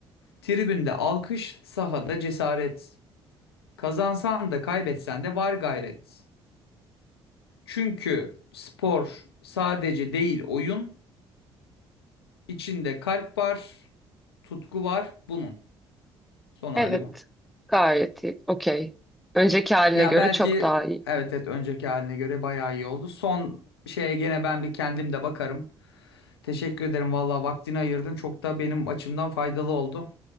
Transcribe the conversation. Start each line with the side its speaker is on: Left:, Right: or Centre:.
Left: Tribünde alkış, sahada cesaret. Kazansan da kaybetsen de var gayret. Çünkü spor sadece değil oyun, İçinde kalp var, tutku var bunun. Son hali
Centre: Evet.
Left: bu.
Centre: Gayet iyi. Okey. Önceki haline
Left: Ya
Centre: göre
Left: belki
Centre: çok daha iyi.
Left: evet evet önceki haline göre bayağı iyi oldu. Son şeye gene ben bir kendim de bakarım. Teşekkür ederim vallahi vaktini ayırdın. Çok da benim açımdan faydalı oldu.